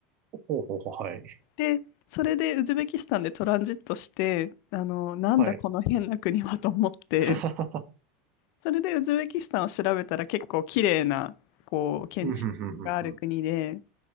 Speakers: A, on the right; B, on the left.
A: ほうほうほう、はい。
B: で、それでウズベキスタンでトランジットして、あの、なんだこの変な国はと思って、
A: はい。<laughs>
B: それでウズベキスタンを調べたら結構綺麗な、こう、建築がある国で、
A: うん、ふんふんふんふん。